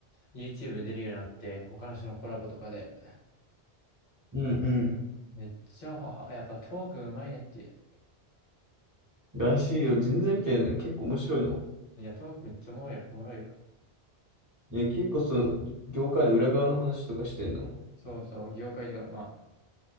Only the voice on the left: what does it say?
YouTube に出るようになって、他の人のコラボとかで、
めっちゃははやっぱトークうまいねっていう
いや、トークめっちゃおもろいよ。おもろいよ。
そうそう、業界とか、ま